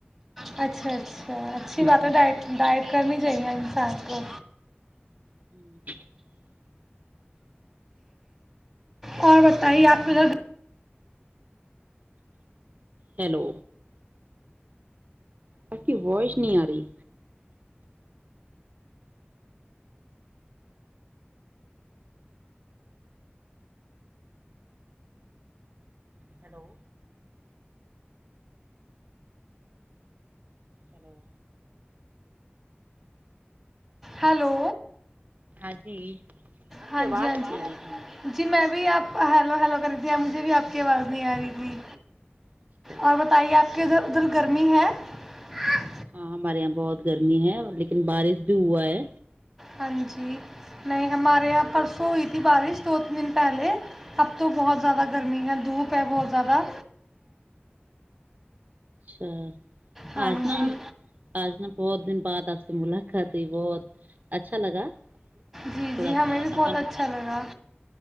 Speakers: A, in the centre; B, on the right.
A: اچھا اچھا اچھی
B: ہوں،
A: بات ہے ڈ ڈائٹ کرنے کی جییا انسان کو
B: <inaudible>
A: اور بتائیے آپ ادھر
B: ہیلو ت کی ووائش نہیں آ رہی ہیلو ہیلو
A: ہلو
B: ہاں جی آپ
A: ہاں
B: کی آواز
A: جی ہاں
B: نہیں
A: جی
B: آ رہی تھی
A: جی میں بھی آپ ہیلو ہیلو کر د مجھے بھی آپ کی آواز نہیں آ رہی ہوں
B: اچھا
A: اور بتائیے آپ کے ادھر ادھر گرمی ہے ج
B: ہاں ہمارے یہاں بہت گرمی ہے لیکن بارش بھی ہوا ہے
A: ہاں جی نہیں ہمارے یہاں پرسوں ہوئی تھی بارش دو تین دن پہلے اب تو بہت زیادہ گرمی ہے دھوپ ہے بہت زیادہ
B: اچھا
A: ہاں
B: آج ن
A: جی
B: آج ن بہت دن بعد آپ سے ملاقات ہوئی بہت اچھا لگا
A: جی
B: تھوڑا
A: جی ہمیں
B: سا
A: بھی بہت
B: اپن
A: اچھا لگا